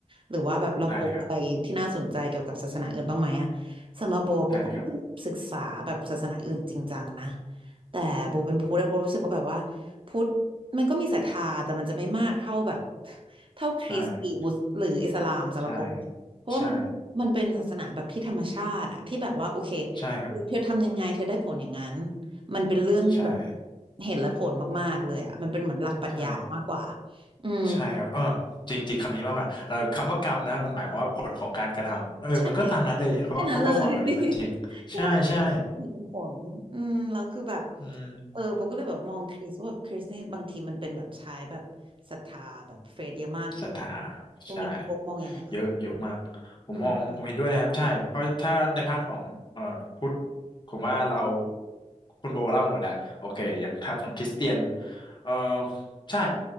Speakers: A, on the right (about 40°); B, on the left (about 35°).
A: หรือว่าแบบเราพบอะไรที่น่าสนใจเกี่ยวกับศาสนาอื่นบ้างไหมอะ
B: ได้เลยครับ
A: สำหรับโบโบก็
B: ได้เลยครับ
A: ศึกษาแบบศาสนาอื่นจริงจังนะแต่โบเป็นพุทธอะโบรู้สึกว่าแบบว่า พุทธมันก็มีศรัทธาแต่มันจะไม่มากเท่าแบบเท่าคริสต์หรือมุสหรืออิสลามสำหรับผมเพราะว่ามันมันเป็นศาสนาแบบที่ธรรมชาติอะที่แบบว่าโอเค
B: ได่ใช่ใช่ใช่ครับ
A: เธอทำยังไงเธอได้ผลอย่างนั้นมันเป็นเรื่องแบบ
B: ใช่
A: เห็นและผลมากๆเลยอะมันเป็นเหมือนหลักปรัชญามากกว่า
B: ใช่
A: อืม
B: ใช่ครับเออจริงๆคำนี้มากกว่าเออคำว่ากรรมนะครมันหมายความว่าผลของการกระทำเออมันก็ตามนั้นเลยเพราะว่าเขาก็สอนแบบนี้มันจริงใช่ใช่
A: ใช่แค่นั้นเลย <laughs> แค่นั้นเลยเป็นผลอืมแล้วคือแบบ
B: อืม
A: เออโบก็เลยแบบมองคริสว่าแบบคริสนี่บางทีมันเป็นแบบใช้แบบศรัทธาแบบเฟซเยอะมาก
B: ศรัทธา
A: ตรงนี้คุณโอ๊กมองยังไงคะ
B: ใช่เยอะเยอะมากผมมองผมเห็นด้วยนะครับใช่เพราะถ้าในพาร์ทของเอ่อพุทธ
A: อืม
B: ผมว่าเราคุณโบเล่าหมดแล้วโอเคอย่างพาร์ทของคริสเตียนเอ่อใช่